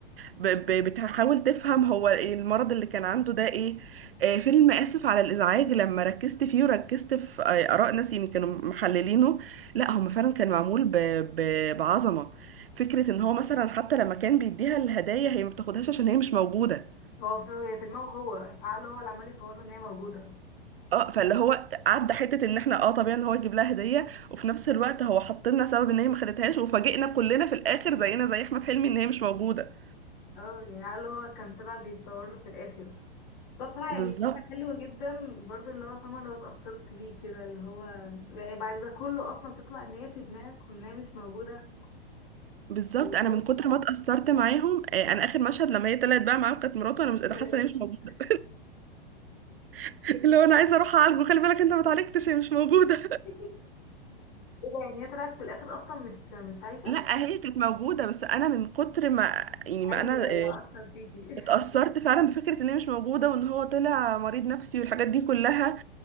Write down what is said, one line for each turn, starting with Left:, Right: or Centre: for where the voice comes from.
Right: ب... ب... بتحاول تفهم هو إيه المرض اللي كان عنده ده ايه آه فيلم آسف على الإزعاج لما ركزت فيه وركزت في آه، آراء ناس يعني كانوا محللينه لا هم فعلا كان معمول ب... ب... بعظمة فكرة ان هو مثلا حتى لما كان بيديها الهدايا هي ما بتاخدهاش عشان هي مش موجودة
Left: هو في هي في دماغه هو في عقله هو اللي عمال يصور له ان هي موجوده
Right: اه فاللي هو عدى حتة ان احنا اه طبيعي ان هو يجيب لها هدية وفي نفس الوقت هو حط لنا سبب ان هي ما خدتهاش وفاجئنا كلنا في الاخر زينا زي احمد حلمي ان هي مش موجودة
Left: اه يعني عقله هو كان طلع بيتصور له في الاخر طب بصراحة
Right: بالظبط
Left: يعني فيلم حلو جدا برضو اللي هو فاهمة لو اتأثرت بيه كده اللي هو يعني بعد ده كله أصلا تطلع إن هي في دماغك وإن هي مش موجودة
Right: بالظبط
Left: ايوه
Right: انا
Left: طلعت
Right: من كتر ما اتاثرت معاهم آه، انا اخر مشهد لما هي طلعت بقى معاهم كانت مراته انا مش أنا حاسه
Left: <laughs>
Right: ان هي مش موجوده <laughs> اللي هو انا عايزه اروح اعالجه خلي بالك انت ما اتعالجتش هي مش موجوده
Left: ايه ده يعني هي طلعت في الاخر اصلا مش مش
Right: <laughs>
Left: عايشه
Right: لا هي كانت موجوده بس انا من كتر ما يعني ما
Left: ايوه
Right: انا
Left: اللي
Right: آه،
Left: هو اصلا فيكي
Right: اتاثرت
Left: <laughs>
Right: فعلا بفكره ان هي مش موجوده وان هو طلع مريض نفسي والحاجات دي كلها